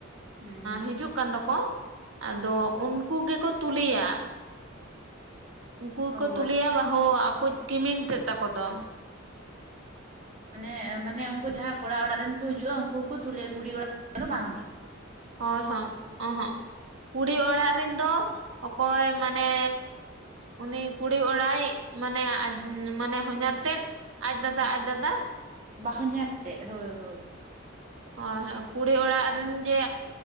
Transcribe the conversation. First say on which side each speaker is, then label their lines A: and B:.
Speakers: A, on the right; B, on the right.
A: ᱦᱩᱸ ᱦᱩᱸ
B: ᱦᱤᱡᱩᱜ ᱠᱟᱱ ᱫᱚ ᱠᱚ ᱟᱫᱚ ᱩᱱᱠᱩ ᱜᱮ ᱠᱚ ᱛᱩᱞᱮᱭᱟ᱾ ᱩᱱᱠᱩ ᱜᱮ ᱠᱚ
A: ᱚ
B: ᱛᱩᱞᱮᱭᱟ
A: ᱟᱪᱪᱷᱟ ᱟᱪᱪᱷᱟ᱾
B: ᱵᱟᱹᱦᱩ ᱟᱠᱚᱣᱤᱡ ᱠᱤᱢᱤᱱ ᱛᱮᱫ ᱛᱟᱠᱚ ᱫᱚ
A: ᱢᱟᱱᱮ ᱢᱟᱱᱮ ᱩᱱᱠᱩ ᱡᱟᱦᱟᱸᱭ ᱠᱚᱲᱟ ᱚᱲᱟᱜ ᱨᱤᱱ ᱠᱚ ᱦᱤᱡᱩᱜᱼᱟ ᱩᱱᱠᱩ ᱠᱚ ᱛᱩᱞᱮᱭᱟ ᱠᱩᱲᱤ ᱚᱲᱟᱜ ᱫᱚ ᱵᱟᱝ ᱜᱮ?
B: ᱦᱚᱭ ᱦᱚᱸ ᱚᱦᱚᱜ ᱠᱩᱲᱤ ᱚᱲᱟᱜ ᱨᱤᱱ ᱫᱚ ᱚᱠᱚᱭ ᱢᱟᱱᱮᱼᱼ ᱩᱱᱤ ᱠᱩᱲᱤ ᱚᱲᱟᱭᱤᱡ ᱢᱟᱱᱮ ᱢᱟᱱᱮ ᱦᱚᱧᱦᱟᱨ ᱛᱮᱫᱼᱼ ᱟᱡ ᱫᱟᱫᱟ ᱟᱡ ᱫᱟᱫᱟ
A: ᱵᱟ-ᱦᱚᱧᱦᱟᱨ ᱛᱮᱫ ᱦᱚᱭ ᱦᱚᱭ
B: ᱦᱚᱭ ᱦᱚᱭ ᱠᱩᱲᱤ ᱚᱲᱟᱜ ᱨᱤᱱ ᱡᱮ